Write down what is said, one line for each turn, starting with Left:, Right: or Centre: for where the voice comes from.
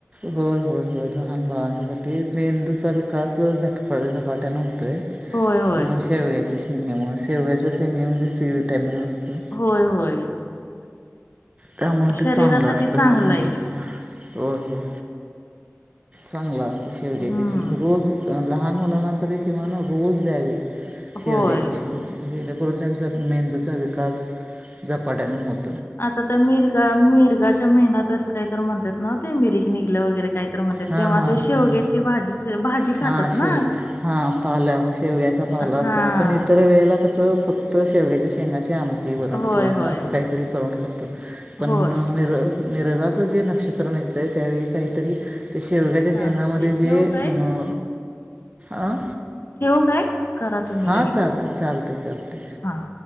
Right: होय होय होय लहान बाळांच्यासाठी मेंदूचा विकास झटपट झपाट्यानं होत काय
Left: होय, होय.
Right: अं शेवग्याच्या शेंगामुळे ते म्हणजे सी व्हिटॅमिन असतं.
Left: होय, होय.
Right: त्यामुळे ते
Left: शरीरासाठी
Right: चांगलं असतं
Left: चांगलं
Right: लहान
Left: आहे
Right: मुलां
Left: ते.
Right: होय होय चांगलं असतं शेवग्याची
Left: हं.
Right: शेंग रोज लहान मुलांना तरी किमान रोज द्यावी. शेवग्याचीे
Left: होय.
Right: शेंग जेणेकरून त्यांचा मेंदूचा विकास झपाट्यानं होत
Left: आता त्या मिरगा मिरगाच्या महिन्यात असं काय तर म्हणत्यात नव ते मिरीग निघलं वगरे कायतर म्हणत्यात
Right: हां
Left: तेव्हा
Right: हां
Left: ते
Right: हां
Left: शेवग्याची भाजीची भाजी खातात
Right: हां
Left: ना.
Right: शेव हां पाला शेवग्याचा पाला
Left: हां.
Right: असतो आपण इतर वेळेला कसं फक्त शेवग्याच्या शेंगा आमटी वरण
Left: होय,
Right: किंवा
Left: होय.
Right: असं कायतरी करून खातो, पण
Left: होय.
Right: मिर मिरगात जे नक्ष्रत्र निघत्यय त्यावेळी कायतरी ते शेवग्याच्या
Left: चालतंय
Right: शेंगामध्ये जे
Left: ठेवू काय?
Right: हम्म अं
Left: <unintelligible> करा तुम्ही
Right: हां
Left: लगेच
Right: चालते चालते करते
Left: हां.